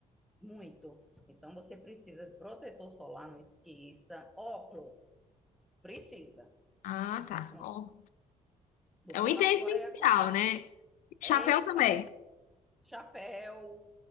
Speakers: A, in the centre; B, on the left.
A: Muito. Então você precisa de protetor solar, não esqueça. Óculos, precisa.
B: Ah, tá.
A: Senão
B: Ó.
A: Você
B: É um item
A: não
B: essencial,
A: vai aguentar.
B: né? Chapéu
A: Esse
B: também.
A: é. Chapéu.